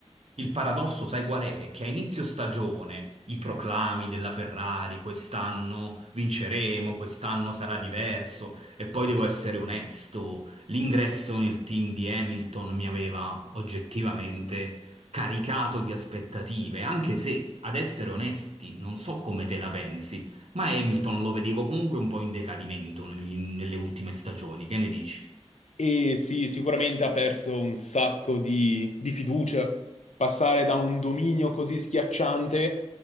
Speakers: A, on the right (about 65°); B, on the left (about 80°).
A: Il paradosso, sai qual è? Che a inizio stagione i proclami della Ferrari, quest'anno vinceremo, quest'anno sarà diverso, e poi devo essere onesto, l'ingresso nel team di Hamilton mi aveva oggettivamente caricato di aspettative, anche se, ad essere onesti, non so come te la pensi, ma Hamilton lo vedevo comunque un po' in decadimento nel- nelle ultime stagioni, che ne dici?
B: E sì, sicuramente ha perso un sacco di, di fiducia. Passare da un dominio così schiacciante